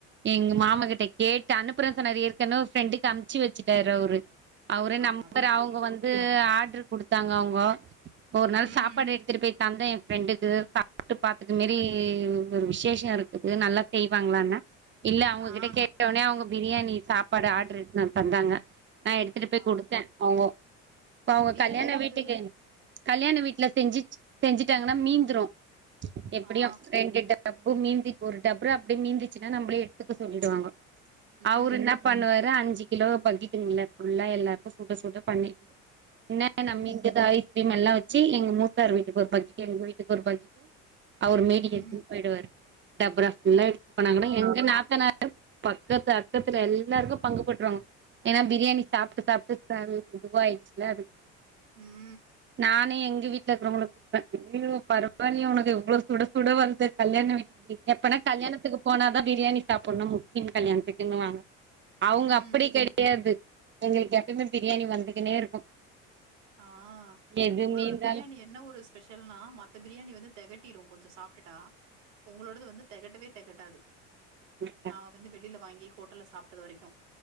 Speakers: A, on the right; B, on the right.
A: எங்க மாமா கிட்ட கேட்டு அனுப்புற சொன்னாரு ஏற்கன ஒரு ஃப்ரெண்டுக்கு அம்ச்சி வச்சிட்டாரு அவுரு அவ்ரே
B: அப்படிங்களா?
A: நம்பர
B: எனக்கு
A: அவுங்க
B: சொல்லிக் கொடுங்க.
A: வந்து ஆர்டரு குடுத்தாங்க அவோங்க ஒரு நாள்
B: ம்.
A: சாப்பாடு எடுத் துட்டுபோய் தந்த என் ஃப்ரெண்டுக்கு சாப்ட்டு பாத்துட்டு மேரி ஒரு விஷேச இருக்குது நல்லா செய்வாங்களான்ன இல்ல அவுங்ககிட்ட
B: ஆ.
A: கேட்டோனே அவுங்க ப்ரியாணி சாப்பாடு ஆர்டரு இட்னு வந்து தந்தாங்க நா எடுத்துட்டு போய்
B: ஆ.
A: குடுத்தே அவுங்க இப்ப அவுங்க
B: பிரியாணி
A: கல்யாண
B: வந்து
A: வீட்டுக்கு கல்யாண வீட்டுல செஞ்சு செஞ்சுட்டாங்கன்னா மீந்துரு எப்டியு
B: ஆ.
A: ரெண்டு டப் டப்பு மீந்தி ஒரு டபரா அப்டே மீந்திச்சுன்னா நம்பளே எடுத்துக்க சொல்லிடுவாங்க
B: ம்.
A: அவ்ரு இன்ன பண்ணுவாரு அஞ்சு கிலோ பக்கெட்டுங்ள ஃபுல்லா எல்லாருக்கு சுட சுட பண்ணி இன்னன்னா
B: ம்.
A: மிந்துதோ ஐ கிரீம் எல்லா வச்சு எங்க மூத்தாரு வீட்டுக்கு ஒரு பக்கிட்டு எங்க வீட்டுக்கு ஒரு பக்கிட்டு அவுரு மீதி
B: ம்.
A: எடுத்துபோய்டுவரு டபரா ஃபுல்லா எடுத்துட்டு போனாங்கனா
B: ஆ.
A: எங்க நாத்தனா <inaudible> பக்கத்து அக்கத்துல எல்லருக்கு பங்கு போட்ருவாங்க ஏன்னா ப்ரியாணி சாப்ட்டு சாப்ட்டு சல் இதுவயிடுச்சுல அதுக்கண்டி
B: ம்
A: நானு எங்க வீட்ல இருக்கவங்களு குடுப்பே அய்யியோ பரவாலைய உனக்கு இவ்ளோ சுட சுட வர்து கல்யாண வீட்டு ப்ரி எப்பனா கல்யாணத்துக்கு போனாதா ப்ரியாணி சாப்னு முஸ்லிம் கல்யாணத்துக்குன்னுவாங்க அவுங்க
B: ம்.
A: அப்டி கெடையாது எங்களுக்கு எப்யுமே ப்ரியாணி வந்துகுனே இருக்கு
B: ஆ
A: எதுவுமே
B: உங்களோட
A: இருந்தாலு
B: ப்ரியாணி என்ன ஒரு ஸ் பெஷல்னா மத்த ப்ரியாணி வந்து திகட்டிடரு கொஞ்ச சாப்டுட்டா உங்களோட வந்து தெகட்டவே தெகட்டாது
A: <inaudible>
B: நாங்க வந்து வெளில வாங்கி ஹோட்டல்ல சாப்டது வரைக்கு